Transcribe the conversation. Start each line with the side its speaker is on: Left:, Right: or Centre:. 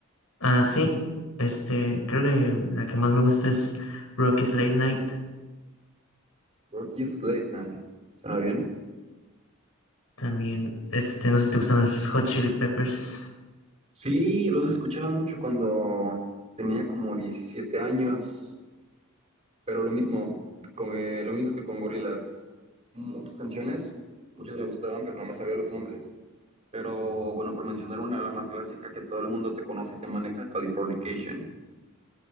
Left: Ah, sí. Este, creo que la que más me gusta es Rocky's Late Night.
Right: Rocky's Late Night, suena bien.
Left: También, este, no sé si te gustan los Hot Chili Peppers.
Right: Sí, los escuchaba mucho cuando tenía como 17 años, pero lo mismo, con, eh, lo mismo que con Gorillaz. Muchas canciones, muchas me gustaban, pero no me sabía los nombres. Pero bueno, por mencionar una, la más clásica que todo el mundo te conoce y te maneja, Californication.